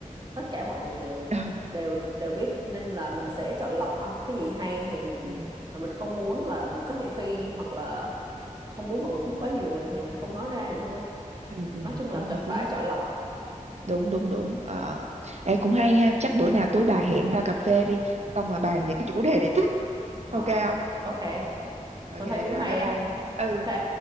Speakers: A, on the right; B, on the right.
A: tất cả mọi người đều
B: <laughs> ừ
A: đều đều biết nên là mình sẽ chọn lọc ha cái gì hay thì mình
B: ừ
A: mà mình không muốn là mình có thị phi hoặc là không muốn mọi người biết quá nhiều về mình thì mình không nói ra vậy thôi
B: ừ ừ,
A: nói chung
B: cũng
A: là cần
B: hợp
A: phải
B: lý
A: chọn lọc
B: đúng đúng đúng ờ ê cũng hay ha chắc bữa nào tối bà hẹn ra cà phê đi xong mà bàn về cái chủ đề này tiếp ok
A: Ờ,
B: không
A: ok
B: ok
A: tôi thấy cũng
B: rồi
A: hay
B: bye bye
A: á
B: ừ
A: ok